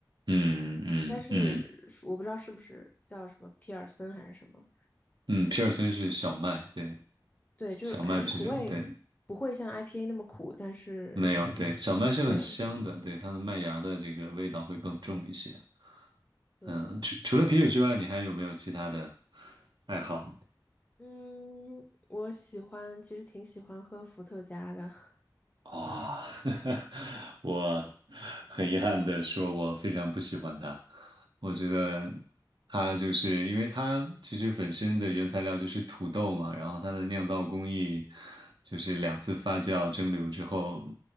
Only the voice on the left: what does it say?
应该是我不知道是不是叫什么皮尔森还是什么，
对，就是还是苦味
不会像 IPA 那么苦，但是
对
对，
嗯，我喜欢，其实挺喜欢喝伏特加的，<laughs>